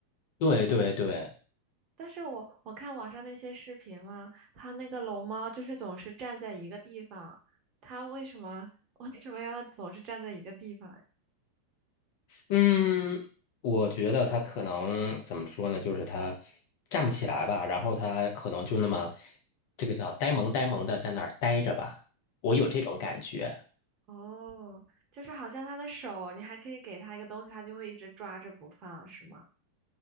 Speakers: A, on the left; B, on the right.
A: 对对对，
B: 但是我我看网上那些视频嘛，它那个龙猫就是总是站在一个地方，它为什么 <laughs> 为什么要总是站在一个地方呀？
A: 嗯，我觉得它可能怎么说呢，就是它站不起来吧，然后它可能就那么这个叫呆萌呆萌的在那儿呆着吧，我有这种感觉。
B: 哦，就是好像它的手，你还可以给它一个东西，它就会一直抓着不放，是吗？